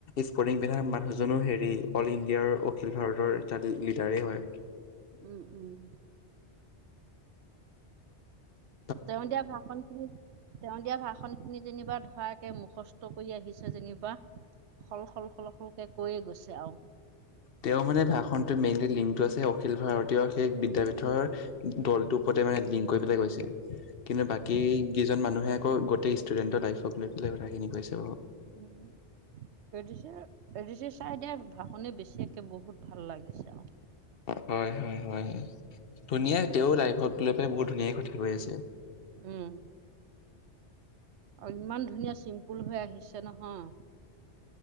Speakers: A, on the left; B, on the right.
A: স্পৰ্টিং মানুহজনো হেৰি অল ইণ্ডিয়াৰ অখিল ভাৰতৰ এটা লিডাৰেই হয়।
B: উম, উম।
A: এয়ে
B: তেওঁ দিয়া ভাষণ তেওঁ দিয়া ভাষন খিনি যেনিবা ধৰাকৰাকে মুখস্থ কৰি আহিছে যেনিবা। সল সল সল সলকে কৈয়ে গৈছে আৰু।
A: তেওঁ মানে ভাষণটোত মেইনলি লিংকটো আছে, অখিল ভাৰতীয় সেই বিদ্যাপীঠৰ দলটোৰ ওপৰতে মানে লিংক কৰি পেলাই গৈছে। কিন্তু বাকী কেইজন মানুহে আকৌ গোটেই ষ্টুডেন্টৰ লাইফক লৈ পেলাই কথাখিনি কৈছে।
B: উম। A D C, A D C চাৰে দিয়া ভাষণে বেছিয়ে বহুত ভাল লাগিছে আৰু।
A: হয়, হয়, হয়, ধুনীয়া। তেওঁ লাইফক লৈ পেলাই বহুত ধুনীয়াক কথা কৈ আছে।
B: উম, আৰু ইমান ধুনীয়া চিম্পুল হৈ আহিছে নহয়।